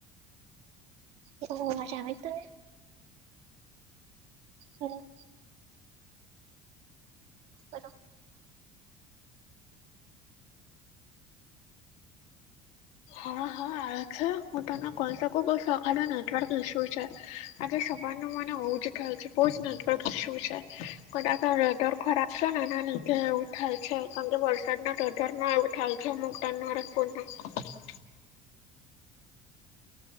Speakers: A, on the right; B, on the left.
A: એ તો બ ભાષા અ જ ત <unintelligible> હાલો હાલો
B: હા હા છે હું તો ના કોઈસાકો બ આખાડ નથી <inaudible> નેટવર્ક ઇશ્યુ છે આજે સવારનું મને બોવ જ થાય છે. બહુ જ નેટવર્ક ઇશ્યુ છે. કદાચ વેધર ખરાબ છે ને એના લીધે એવું થાય છે કારણ કે વરસાદ ના ત ના એવું થ છે મોગ ટાઈના માર ફોન ના <unintelligible>